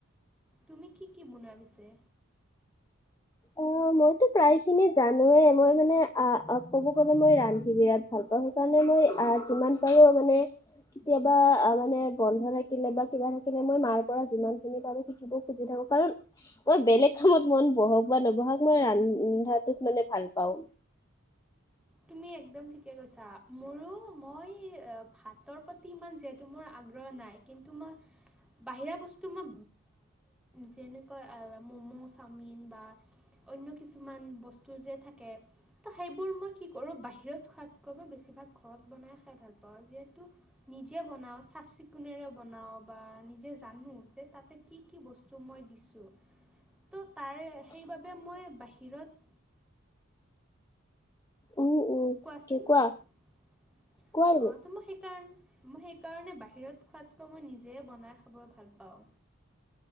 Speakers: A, in the centre; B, on the left.
A: তুমি কি কি বনোৱা পিছে
B: অ মইতো প্ৰায়খিনি জানোৱে মই মানে ক'ব গ'লে মই ৰান্ধি বিৰাট ভাল পাওঁ সেইকাৰণে মই আহ যিমান পাৰো মানে কেতিয়াবা মানে বন্ধ থাকিলে বা কিবা থাকিলে মই মাৰ পৰা যিমান খিনি পাৰো শিকিব সুজি থা কাৰণ মই বেলেগ কামত মন বহক বা নবহাক মই ৰন্ধাটোত মানে ভাল পাওঁ।
A: তুমি একদম ঠিকে কৈছা মোৰো মই ভাতৰ প্ৰতি ইমান যিহেতু মোৰ আগ্ৰহ নাই। কিন্তু মই বাহিৰা বস্তু মই যেনেকৈ ম'ম' চাওমিন বা অ্ন্য কিছুমান বস্তু যে থাকে ত সেইবোৰ মই কি কৰোঁ বাহিৰত খোৱাতকৈ মই বেছিভাগ ঘৰত বনাই খাই ভাল পাওঁ, যিহেতো নিজে বনাঁও চা চাফ চিকুণেৰে বনাওঁ বা নিজে জানো যে তাতে কি কি বস্তু মই দিছোঁ
B: ।
A: তো তাৰে
B: <unintelligible>
A: সেইবাবে মই বাহিৰত
B: উম, উম,
A: কোৱাচোন
B: কি
A: অ
B: কোৱা, কোৱা তুমি।
A: তোমাৰ সেইকাৰণে মই সেইকাৰণে বাহিৰত খোৱাতকৈ মই নিজে বনাই খাব ভাল পাওঁ